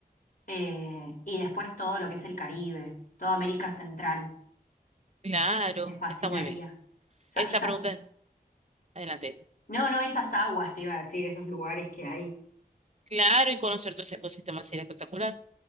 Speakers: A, on the left; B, on the right.
A: eh, y después todo lo que es el Caribe, toda América Central.
B: Claro,
A: Me fascinaría.
B: está muy bien.
A: Esa-
B: Esa
A: esa-
B: pregunta es adelante.
A: no, no, esas aguas te iba a decir, esos lugares que hay.
B: Claro, y conocer todo ese ecosistema sería espectacular.